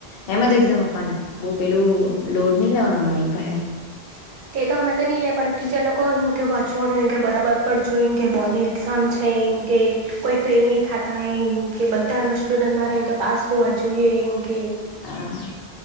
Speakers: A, on the left; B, on the right.
A: એમ જ એઝામ વાની બહ પેલું લોડ નહી લેવાનો માઇન્ડ હે
B: <inaudible> તે તો અમે તો નહી લે પણ ટીચર લોકો અહી કે વાંચવાનું એ બરાબર કરજો એ કે બોર્ડ ની એક્ઝામ છે એમ કેય કોઈ ફેલ નહી થતા, એય કૈ બધા સ્ટુડન્ટ મારા પાસ હોવા જોઈએ કૈ
A: હા